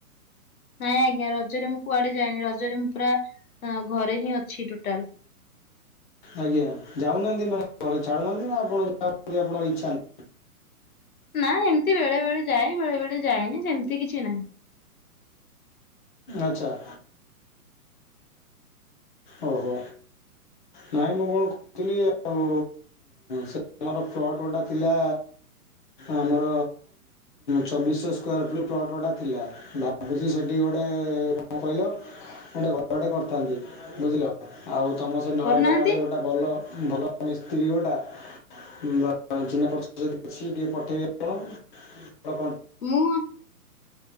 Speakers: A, on the left; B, on the left.
A: ନାଇଁ ଆଜ୍ଞା ରଜରେ ମୁଁ କୁଆଡେ ଯାଏନି, ରଜରେ ମୁଁ ପୁରା ଘରେ ହିଁ ଅଛି ଟୋଟାଲ।
B: ଆଜ୍ଞା, ଯାଉନାହାନ୍ତି ମାନେ ଘରେ ଛାଡୁନାହାନ୍ତି ନା ଆପଣ ଯିବାକୁ ଆପଣଙ୍କର ଇଛା ନାହିଁ?
A: ନା ଏମିତି ବେଳେ ବେଳେ ଯାଏ, ବେଳେ ବେଳେ ଯାଏନି ସେମିତି କିଛି ନାହିଁ।
B: ଆଚ୍ଛା। ଓହୋ, ନାଇଁ ମୁଁ କଣ କହୁଥିଲି ଆଉ ସେ ଆମର ଫ୍ଲଟ ଗୋଟେ ଥିଲା ଆମର ଚବିଶହ ସ୍କ୍ୟାର ଫିଟ୍ ପ୍ଲଟ୍ ଗୁଡା ଥିଲା। ଭାବୁଚି ସେଠି ଗୋଟେ କଣ କହିଲ ଗୋଟେ ଘରଟେ କରିଥାନ୍ତି। ବୁଝିଲ? ଆଉ ତମ ସେ ନୟାଗଡ଼
A: କରୁନାହାନ୍ତି
B: ଆଡେ ଗୋଟେ ଭଲ ଭଲ ମିସ୍ତ୍ରୀ ଗୋଟା ବା ଚିହ୍ନା ପରିଚିତ ଯିଏ ଅଛି ଟିକେ ପଠେଇବେ। କଣ କଣ
A: ମୁଁ